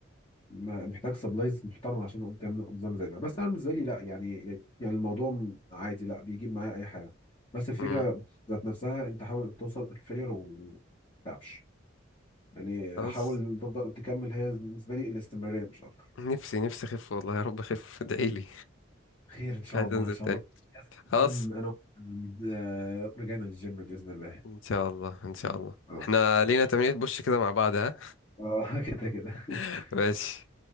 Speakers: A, on the left; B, on the left.
A: ما- محتاج سبلايز محترم عشان اقوم تعمل نظام زي ده بس انا بالنسبه لي لا يعني يعني الموضوع عادي لا بيجيب معايا اي حاجه بس الفكره
B: مم.
A: ذات نفسها انت حاول توصل الفيلير وما تتعبش يعني
B: خلاص
A: حاول تفضل تكمل هي بالنسبه لي الاستمراريه مش اكتر
B: نفسي نفسي اخف والله يا رب اخف <laughs> ادعيلي
A: خير ان شاء
B: عايز
A: الله
B: انزل
A: ان شاء
B: تاني
A: الله
B: خلاص
A: نكون انا و- آه، رجعنا للجيم باذن الله
B: ان شاء الله ان شاء الله
A: اه
B: احنا
A: ماشي
B: لينا تمرينة بوش كده مع بعض ها
A: اه <laughs> كده كده <laughs>
B: <laughs> ماشي